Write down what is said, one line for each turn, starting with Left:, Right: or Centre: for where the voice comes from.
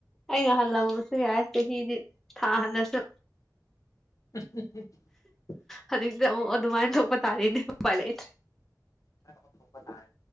Centre: ꯑꯩꯅ ꯍꯜꯂꯝꯕꯁꯨ ꯌꯥꯏ ꯆꯍꯤꯗꯤ ꯊꯥꯍꯜꯂꯁꯨ
Left: ꯎꯝ ꯎꯝ ꯎ
Centre: ꯍꯧꯖꯤꯛꯇꯤ ꯑꯃꯨꯛ ꯑꯗꯨꯃꯥꯏꯅ ꯊꯣꯛꯄ ꯇꯥꯔꯤꯅꯦ ꯎꯄꯥ ꯂꯩꯇ꯭ꯔꯦ
Left: ꯍ ꯁꯄꯅ ꯍꯥꯏ